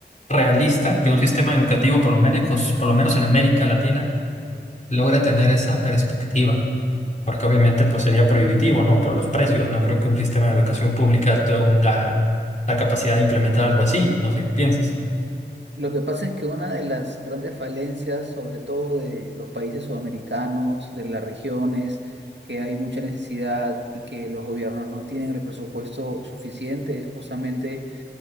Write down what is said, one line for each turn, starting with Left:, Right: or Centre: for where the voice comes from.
Left: realista que un sistema educativo, por lo menos, por lo menos en América Latina, logre tener esa perspectiva. Porque obviamente pues sería prohibitivo, ¿no? Por los precios. No creo que un sistema de educación pública tenga la capacidad de implementar algo así. No sé qué piensas.
Right: Lo que pasa es que una de las grandes falencias, sobre todo de los países sudamericanos, de las regiones, que hay mucha necesidad y que los gobiernos no tienen el presupuesto suficiente, es justamente